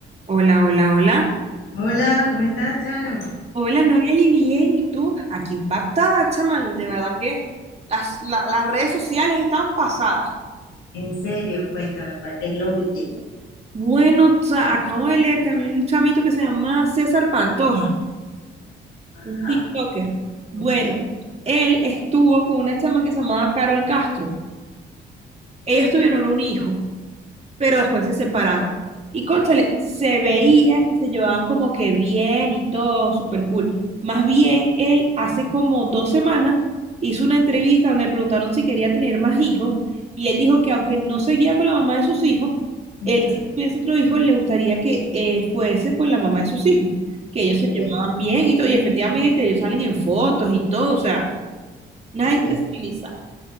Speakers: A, on the right (about 30°); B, on the left (about 80°).
A: Hola, hola, hola.
B: Hola, ¿cómo estás, Charo?
A: Hola, Noeli, bien. ¿Y tú? Aquí impactada, chaval. De verdad que las, la- las redes sociales están pasadas.
B: En serio, cuéntame, ¿cuál qué es lo último?
A: Bueno, o sea, acabo de leer que había un chamito que se llama César Pantoja,
B: Ajá,
A: un TikToker. Bueno,
B: ok,
A: él estuvo con una chama que se llamaba Carol Castro. Ellos tuvieron un hijo. pero después se separaron. Y cónchale, se veía
B: ok,
A: que se llevaban como que bien y todo, súper cool. Más bien, él hace como dos semanas hizo una entrevista donde le preguntaron si quería tener más hijos y él dijo que aunque no seguía con la mamá de sus hijos,
B: ujú,
A: él si tuviese otro hijo le gustaría que eh, fuese con la mamá de sus hijos, que ellos
B: ok,
A: se llevaban bien y todo, y efectivamente ellos salen en fotos y todo, o sea, una
B: ok.
A: gente civilizada.